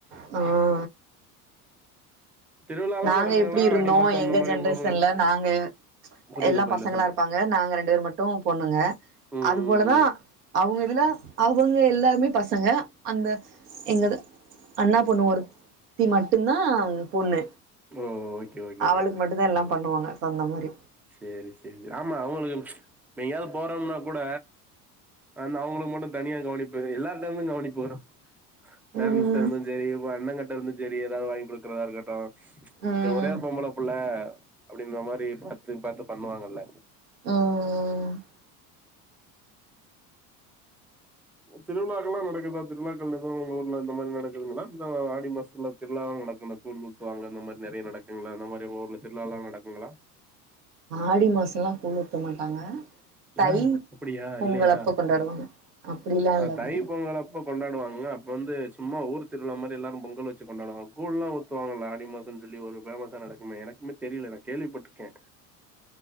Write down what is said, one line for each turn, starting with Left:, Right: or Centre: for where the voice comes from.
Right: அ
Centre: திருவிழாலா
Right: நாங்க
Centre: நடக்குங்களா
Right: எப்டி இருந்தோ
Centre: ஆடி மாசோ அந்த
Right: எங்க
Centre: மாரி
Right: ஜென்ரேஷன்ல
Centre: உங்க ஊருங்கள்
Right: நாங்க
Centre: புரில
Right: எல்லா
Centre: புரில
Right: பசங்களா
Centre: சொல்லுங்
Right: இருப்பாங் நாங்க ரெண்டு பேர் மட்டு பொண்ணுங்க
Centre: ம்
Right: அது போலதா
Centre: ம்
Right: அவுங்க இதுல அவுங்க எல்லாருமே பசங்க அந்த எங்கது அண்ணா பொண்ணு ஒருத்தி மட்டுந்தா பொண்ணு
Centre: ஓ ஓகே ஓகே
Right: அவளுக்கு மட்டுந்தா எல்லா பண்ணுவாங்க சொன்ன மாரி
Centre: செரி செரி செரி ஆமா அவுங்களுக்கு எங்கயாவது போறோம்னா கூட அந்த அவுங்களுக்கு மட்டு தனியா கவனிப்பு எல்லாருட்ட இருந்து கவனிப்பு வரு பேரன்ஸ்ட்ட
Right: ம்
Centre: இருந்து செரி உங்க அண்ணங்கிட்ட இருந்து செரி ஏதாவது வாங்கி கொடுக்குறதா இருக்கட்டு
Right: ம்
Centre: செரி ஒரே ஒரு பொம்பள புள்ள அப்டின்ற மாரி பாத்து பாத்து பண்ணுவாங்கல்ல
Right: ம் ம்
Centre: திருவிழாக்களெல்லா நடக்குதா திருவிழாக்கள் எத உங்க ஊர்ல இந்த மாரி நடக்குதுங்களா இந்த ஆடி மாசத்துல திருவிழாவுலா நடக்கு ப கூல் ஊத்துவாங்க அந்த மாரி நெறையா‌ நடக்குங்களா அந்த மாரி உங்க ஊர்ல திருவிழாலா நடக்குங்களா
Right: ஆடி மாசோல்லா கூழ் ஊத்த மாட்டாங்க தை
Centre: ஆ அப்டியா
Right: பொங்கல்
Centre: இல்லையா
Right: அப்போ கொண்டாடுவாங்க அப்டிலா இல்லங்க
Centre: ஆ தை பொங்கல் அப் போ கொண்டாடுவாங்க அப்போ வந்து சும்மா ஊர் திருவிழா மாரி எல்லாரு பொங்கல் வச்சு கொண்டாடுவங்க கூழ்லா ஊ த்துவாங்களா ஆடி மாசம்னு சொல்லி ஒன்னு ஃபேமஸா நடக்குமே எனக்குமே தெரியல நா கேள்விபட்ருக்கே
Right: <inaudible>